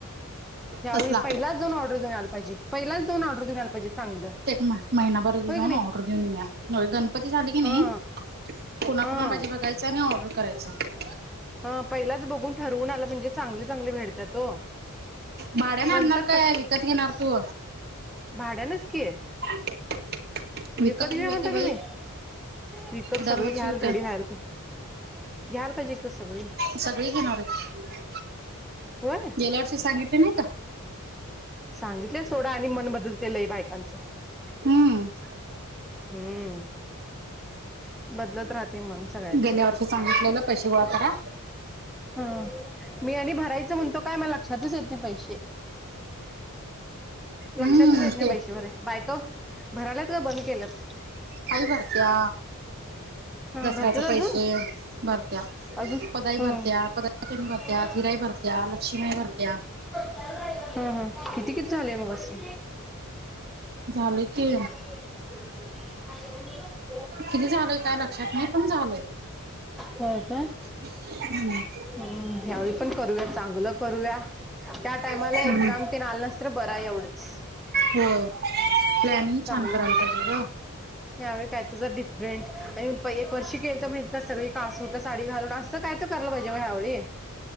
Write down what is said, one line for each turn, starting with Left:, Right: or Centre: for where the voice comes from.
Centre: यावेळी
Right: तसला
Centre: पहिलाच जाऊन ऑर्डर देऊन यायला पाहिजे, पहिलाच जाऊन ऑर्डर देऊन यायला पाहिजे. चांगलं
Right: ते एक म महिनाभर आधी
Centre: होय
Right: जाऊन
Centre: की नाही
Right: ऑर्डर देऊन येऊया, होय गणपती झाले की
Centre: हा
Right: नाही कुणाकुणाला
Centre: हा
Right: पाहिजे बघायचं आणि ऑर्डर करायचं.
Centre: अ पहिलाच बघून ठरवून आलं म्हणजे चांगले चांगले भेडतात ओ
Right: भाड्याने आणणारं
Centre: नंतर
Right: काय, विकत घेणार तू?
Centre: भाड्यानचं की.
Right: <inaudible>
Centre: विकत घे
Right: घेऊया
Centre: म्हणता
Right: की बाई
Centre: तुम्ही, विकत
Right: दरवर्षी
Centre: सगळी घ्याल
Right: होतय
Centre: रीडी <unintelligible> तर घ्यायला पाहिजे की ओ सगळी.
Right: सगळी घेणार आहेत
Centre: होय
Right: गेल्यावर्षी सांगितले नाय का?
Centre: सांगितले सोडा आणि मन बदलते लई बायकांचं.
Right: हम्म
Centre: हम्म. बदलत राहते मन सगळ्यांचं.
Right: गेल्या वर्षी सांगितलेलं पैसे गोळा करा
Centre: हां मी आणि भरायचो म्हणतो काय म लक्षातच येतं नाय पैसे. लक्षातच
Right: हम्म
Centre: येत नाय
Right: ते
Centre: पैसे भराय, बायका भरायल्यात का बंद केल्यात?
Right: काय भरत्या?
Centre: ह
Right: दसऱ्याचे
Centre: भरतेत
Right: पैसे
Centre: अजून
Right: भरत्या.
Centre: अजून
Right: पदाई
Centre: ह
Right: भरत्या, पद <unintelligible> भरत्या,
Centre: हा
Right: हिराई भरत्या, लक्ष्मीयाई भरत्या.
Centre: हा हा किती, किती झाले मग असं?
Right: झालंय की.
Centre: <unintelligible> <inaudible>
Right: किती झालंय काय लक्षात नाही पण झालंय
Centre: होय काय
Right: हम्म.
Centre: हम्म ह्यावेळी पण करूया, चांगलं करूया. त्या टायमाला
Right: हम्म
Centre: एक्झाम तेन आल नसतं तर बरंय एवढंच.
Right: हो प्लॅनिंग
Centre: चांगलं
Right: छान करायल पाहिजे गं.
Centre: यावेळी काय तुझा डिफरेंट आणि प एक वर्षी केलंत माहि सगळी कासूटा साडी घालून असं काय तर करायला पाहिजे ओ ह्यावेळी